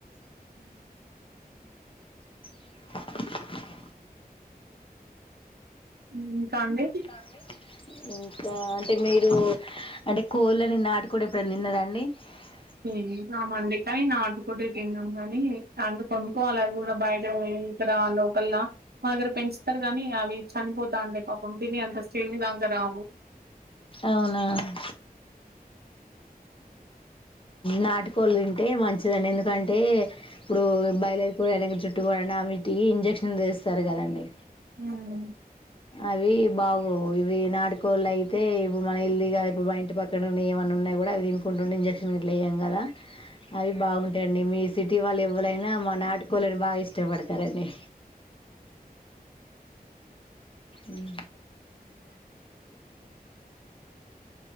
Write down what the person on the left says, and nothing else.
<unintelligible>
టవ్వి ఇంకా అంటే మీరు అంటే కోళ్ళని నాటుకోడి ఎప్పుడున్న తిన్నారఅండి స
అవునా నాటికోళ్ళు తింటే మంచిదఅండి ఎందుకంటే ఇప్పుడు బయలుేరి కోడి అనేదీ జుట్టు వండ ఆమిటి ఇంజెక్షన్ చేస్తారు కద అండి
అవి బాగోవు ఇవి నాటికోళ్ళ అయితే ఇ మన ఇల్దిగా ఇ బు ఇంటి పక్క కనుండి ఏమన్న ఉన్నయ్ గూడా అవి తినుకుంటుండి ఇంజెక్షన్ ఇట్ల ఇయం గదా అవి బాగుంటయండి మీస్ సిటీ వాళ్ళు ఎవ్వలైనా, మా నాటుకోళ్ళని బాగా ఇష్టపడుతారండి. ఉం